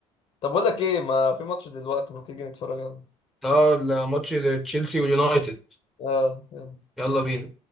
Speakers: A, on the left; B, in the centre.
A: طب اقول لك ايه ما في ماتش دلوقتي ما تيجي نتفرج عليه
B: اه الماتش تشيلسي واليونايتد
A: اه يلا.
B: يلا بينا